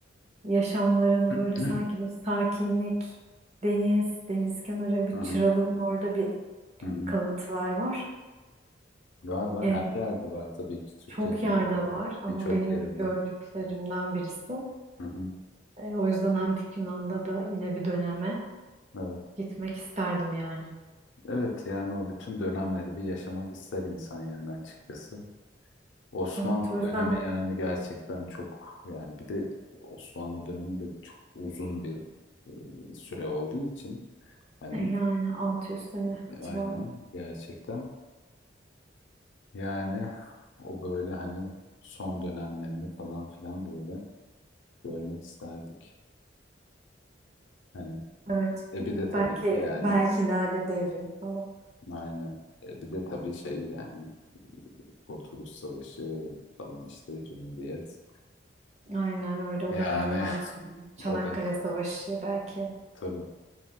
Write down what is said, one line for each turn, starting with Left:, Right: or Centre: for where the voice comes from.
Right: Yaşamlarını
Left: <clears throat>
Right: böyle sanki bu sakinlik, deniz, deniz kenarı bir
Left: Hı hı.
Right: çıralının orada bir
Left: Hı hı.
Right: kalıntılar var.
Left: Var var
Right: Ee,
Left: her yerde var tabii ki Türkiye'nin
Right: Çok yerde var ama
Left: birçok
Right: benim
Left: yerinde.
Right: gördüklerimden birisi.
Left: Hı hı.
Right: E, o yüzden Antik Yunan'da da yine bir döneme
Left: Evet.
Right: gitmek isterdim yani.
Left: Evet yani o bütün dönemleri bir yaşamak ister insan yani açıkçası. Osmanlı
Right: Evet o yüzden
Left: dönemi
Right: hani,
Left: yani gerçekten çok yani bir de Osmanlı dönemi de çok uzun bir e, süre olduğu için hani
Right: e, yani 600 sene
Left: e, aynen
Right: civarı.
Left: gerçekten yani o böyle hani son dönemlerini falan filan böyle görmek isterdik. Hani
Right: Evet.
Left: e bir de tabii
Right: Belki
Left: ki yani
Right: belki Lale Devri'ni falan.
Left: aynen e bir de tabii şey yani Kurtuluş Savaşı falan işte Cumhuriyet
Right: Aynen öyle o
Left: yani
Right: dönemlerde yine. Çanakkale
Left: o dönem
Right: Savaşı belki.
Left: tabii